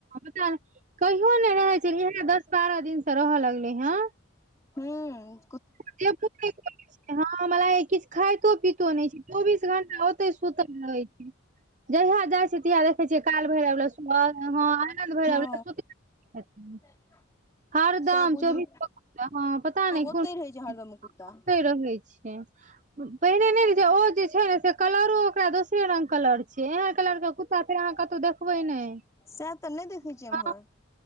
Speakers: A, on the right; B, on the left.
A: <unintelligible> कहियो नै रहै छै इहने दस बारह दिन स रहऽ लगलै हँ
B: हूं।
A: <unintelligible> हँ हमा लागैया किछ खाइतो पितो नैय छै चौबीस घंटा ओतैय सुतल रहै छै। जहिया जाइ सितिया देखै छियै काल भैरव लग सुतल हँ आनन्द भैरव
B: हँ
A: <unintelligible>
B: <inaudible>
A: हर दम
B: सब बुझू
A: चौबीसो घंटा हँ पता नैय
B: ओते
A: कोन <inaudible>
B: रहै छै हरदम
A: ओतैय
B: कुत्ता
A: रहै छै। पहिने नैय रहै छै ओ जे छै न से कलरो ओकरा दोसरे रंग कलर से एहे कलरके कुत्ता फेर अहाँ कतौउ देखबै नैय
B: सएह तऽ नहि देखै
A: <unintelligible>
B: छियै एम्हर